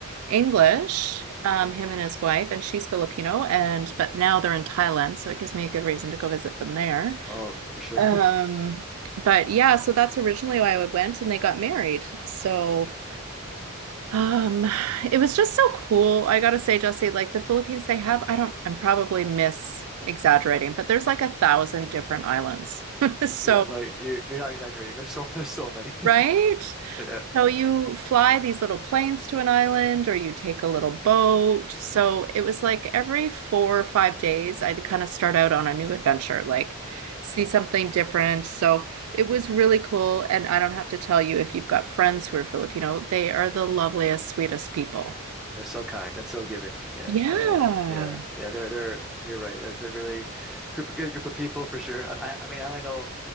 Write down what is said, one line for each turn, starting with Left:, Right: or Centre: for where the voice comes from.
Right: English, um, him and his wife, and she's Filipino, and but now they're in Thailand, so it gives me a good reason to go visit them there.
Centre: Oh, for sure.
Right: Um,
Centre: <laughs>
Right: but yeah, so that's originally why I went, and they got married. So um, it was just so cool. I gotta say, Jesse, like the Philippines, they have, I don't, I'm probably mis exaggerating, but there's like a thousand different islands. <laughs> So,
Centre: Yeah, no, you're you're not exaggerating. There's so <laughs> there's so many. <laughs>
Right: right?
Centre: Yeah,
Right: So you fly these little planes to an island or you take a little boat. So it was like every four or five days, I'd kind of start out on a new adventure, like see something different. So it was really cool. And I don't have to tell you if you've got friends who are Filipino, they are the loveliest, sweetest people.
Centre: yeah. They're so kind and so giving. Yeah,
Right: Yeah,
Centre: uh, yeah, yeah. They're they're. You're right. That's a really group good group of people for sure. I, I I mean, I only know